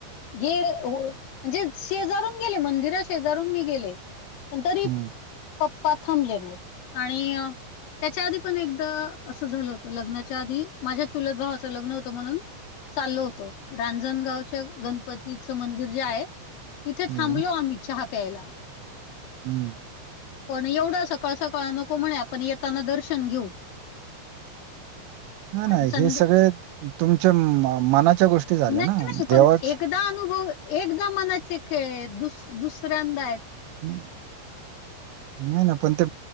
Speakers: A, on the left (about 80°); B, on the right (about 80°).
A: गे हो म्हणजे शेजारून गेले मंदिरा शेजारून मी गेले पण तरी
B: हम्म
A: पप्पा थांबले नाहीत आणि अ त्याच्या आधी पण एकदा असं झालं होतं लग्नाच्या आधी, माझ्या चुलत भावाचं लग्न होतं म्हणून चाललो होतो, रांजणगावच्या गणपतीच मंदिर जे आहे तिथे
B: हम्म
A: थांबलो आम्ही चहा प्यायला
B: हम्म
A: पण एवढा सकाळ सकाळ नको म्हणे आपण येताना दर्शन घेऊ
B: हा ना
A: आणि संध्या
B: हे सगळे तुमच्या मनाच्या गोष्टी झाल्या
A: नाही
B: ना
A: नाही पण
B: देवाच
A: एकदा अनुभव एकदा मनाचे खेळयत, दुस दुसऱ्यांदायत
B: हम्, नाही न पण ते